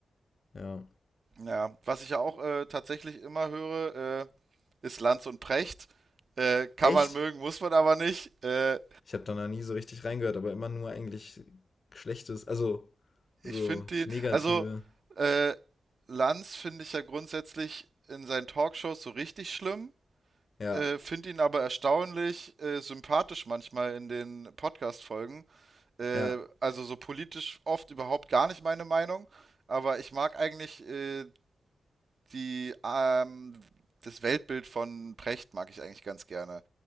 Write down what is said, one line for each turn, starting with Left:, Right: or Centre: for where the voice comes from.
Left: Ja.
Right: Ja, was ich ja auch äh, tatsächlich immer höre, äh, ist Lanz und Precht. Äh, kann
Left: Echt?
Right: man mögen, muss man aber nicht. Äh,
Left: Ich habe da noch nie so richtig reingehört, aber immer nur eigentlich Schlechtes, also
Right: Ich
Left: so
Right: finde die,
Left: negative.
Right: also äh, Lanz finde ich ja grundsätzlich in seinen Talkshows so richtig schlimm,
Left: Ja,
Right: äh, finde ihn aber erstaunlich äh, sympathisch manchmal in den Podcast-Folgen. Äh,
Left: ja.
Right: also so politisch oft überhaupt gar nicht meine Meinung, aber ich mag eigentlich äh, die, ähm, das Weltbild von Precht mag ich eigentlich ganz gerne,